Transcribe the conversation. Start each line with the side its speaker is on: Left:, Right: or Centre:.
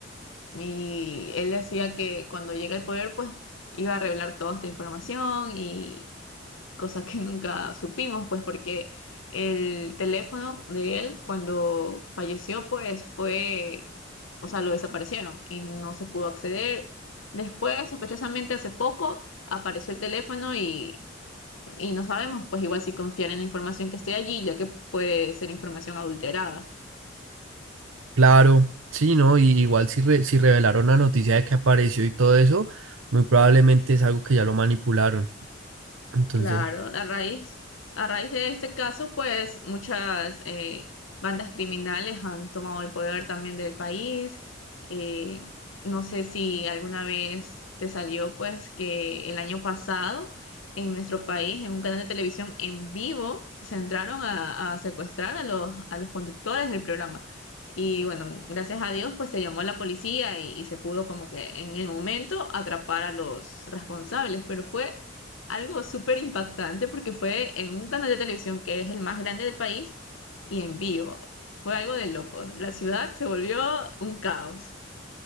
Left: Y él decía que cuando llega al poder, pues iba a revelar toda esta información y cosa que <laughs> nunca supimos, pues porque el teléfono de él cuando falleció, pues fue o sea, lo desaparecieron y no se pudo acceder. Después, sospechosamente, hace poco apareció el teléfono y, y no sabemos, pues igual si confiar en la información que esté allí, ya que puede ser información adulterada.
Right: Claro, sí, ¿no? Y igual si, re- si revelaron la noticia de que apareció y todo eso, muy probablemente es algo que ya lo manipularon. Entonces,
Left: Claro, a raíz, a raíz de este caso, pues muchas eh, bandas criminales han tomado el poder también del país. Eh, no sé si alguna vez te salió, pues, que el año pasado en nuestro país, en un canal de televisión en vivo, se entraron a, a secuestrar a los, a los conductores del programa. Y bueno, gracias a Dios, pues se llamó a la policía y, y se pudo como que en el momento atrapar a los responsables, pero fue algo súper impactante porque fue en un canal de televisión que es el más grande del país y en vivo. Fue algo de locos. La ciudad se volvió un caos.